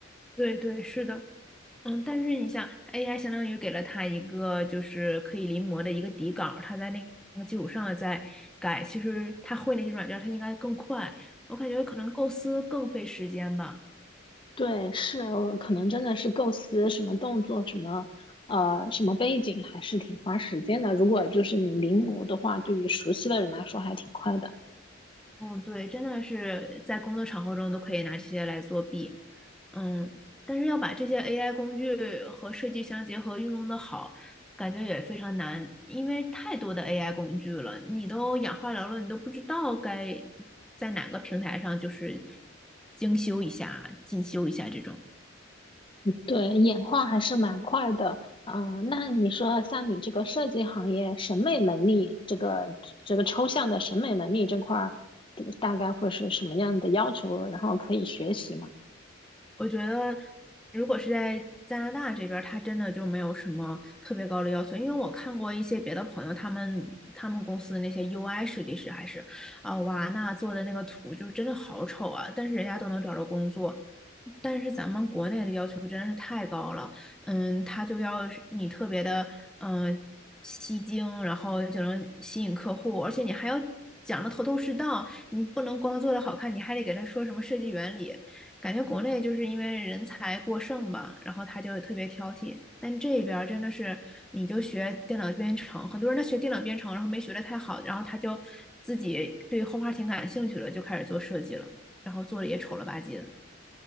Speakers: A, in the centre; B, on the left (about 25°).
A: 对对，是的。嗯，但是你像 AI 相当于给了他一个就是可以临摹的一个底稿，他在那那个基础上再改，其实他会那些软件他应该更快。我感觉可能构思更费时间吧。
B: 对，是，呃可能真的是构思什么动作，什么呃什么背景，还是挺花时间的。如果就是你临摹的话，对于熟悉的人来说还挺快的。
A: 嗯，对，真的是在工作场合中都可以拿这些来作弊，嗯，但是要把这些 AI 工具和设计相结合，运用的好，感觉也非常难，因为太多的 AI 工具了，你都眼花缭乱，你都不知道该在哪个平台上就是精修一下、进修一下这种。
B: 对，演化还是蛮快的。啊。那你说像你这个设计行业，审美能力这个这个抽象的审美能力这块儿，大概会是什么样的要求？然后可以学习吗？
A: 我觉得，如果是在加拿大这边儿他真的就没有什么特别高的要求，因为我看过一些别的朋友，他们他们公司的那些 UI 设计师还是，啊、哇，那做的那个图就是真的好丑啊，但是人家都能找着工作。但是咱们国内的要求真是太高了，嗯，他就要是你特别的，嗯，吸睛，然后就能吸引客户，而且你还要讲的头头是道，你不能光做的好看，你还得给他说什么设计原理。感觉国内就是因为人才过剩吧，然后他就特别挑剔。但这边儿真的是，你就学电脑编程，很多人他学电脑编程，然后没学得太好，然后他就自己对画画挺感兴趣了，就开始做设计了，然后做的也丑了吧唧的。